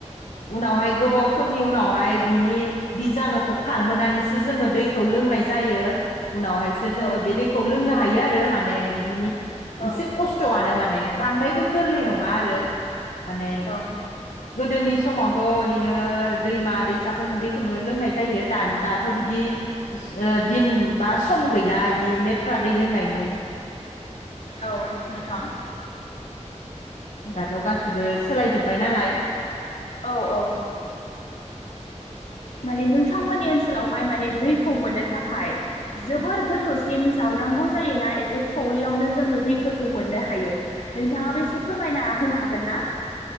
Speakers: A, on the left; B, on the left.
A: उनावहाय गोबाव समनि उनावहाय बिनि बिजानुखौ खारहोनानैसो जोङो दै खौ लोंनाय जायो उनावहायसो जोङो
B: औ
A: बे दैखौ लोंनो हायो आरो मा ने बिनि
B: औ
A: एसे खस्थ'आनो माने बांद्रायबो गोरलै नङा आरो माने
B: औ
A: गोदोनि समाव थ' ओरैनो दैमा दैसाफोरनि दैखौनो लोंनाय जायो दा दाथ' बिदि ओ दिन बा सम गैला बिदि लेथ्रा दै लोंनायनि।
B: औ नोंथाम
A: दा थ' गासिबो सोलायजोब्बाय नालाय
B: औ औ माने नोंथांमोननि ओनसोलावहाय माने दैखौ मोननो थाखाय जोबोर गोथौसिम जावनांगौ जायोना एसे थौलेयावनो जोङो दैफोरखौ मोननो हायो, नोंथाङाबो एसे फोरमायना होनो हागोन ना?